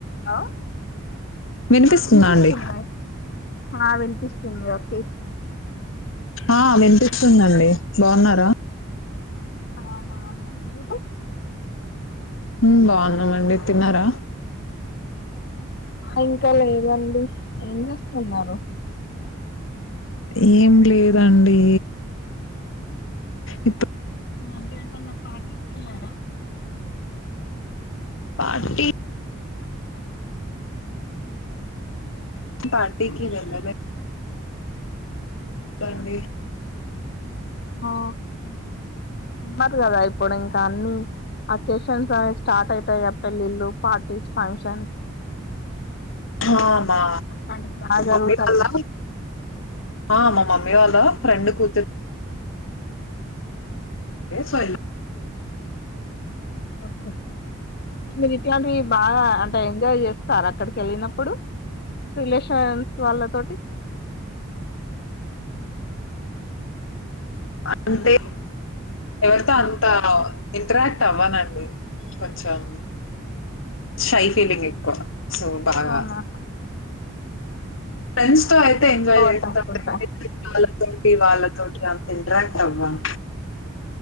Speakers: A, on the left; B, on the left.
A: Hello
B: వినిపిస్తుందా
A: వినిపిస్తుందండి
B: అండి ఆ వినిపిస్తుందండి బాగున్నారా
A: ఆ బావ్వునం అండి మీరు
B: ఉమ్ బాగున్నామండి తిన్నారా
A: ఇంకా లేదండి ఏం చేస్తున్నారు
B: ఏం లేదండీ ఇ
A: ఈ మద్య ఎటైనా పార్టీస్ కి వెళ్ళారా
B: పార్టీ పార్టీకి వెళ్ళలేదు అండి
A: ఆ సమ్మర్ కదా ఇప్పుడింకన్ని అకేషన్స్ అనే స్టార్ట్ అవుతాయ్ కదా పెళ్ళిళ్ళు పార్టీస్ ఫంక్షన్స్
B: అవునా
A: ఇలాంటివి బాగా జరుగుతాయి
B: మమ్మీ వాళ్ళ
A: కదా.
B: ఆ మా మమ్మీ వాళ్ళా ఫ్రెండ్ కూతురీ సోఏ
A: ఓకే అంటే మీరు ఇట్లాంటివి బాగా అంటే ఎంజాయ్ చేస్తారాక్కడికి ఎళ్ళినప్పుడు రిలేషన్స్ వాళ్ళ తోటి
B: అంటే ఎవరితో అంతా ఇంటరాక్ట్ అవ్వనండి కొంచెం షై ఫీలింగ్ ఎక్కువ సో బాగా
A: అవునా
B: ఫ్రెండ్స్ తో
A: కొంచెం
B: అయితే
A: ఇంట్రోవర్ట్
B: ఎంజాయ్ చేస్తాం
A: అనుకుంటా
B: కానీ బయటా వాలు తోటి వాళ్ళ తోటి అంతింటరాక్ట్ అవ్వం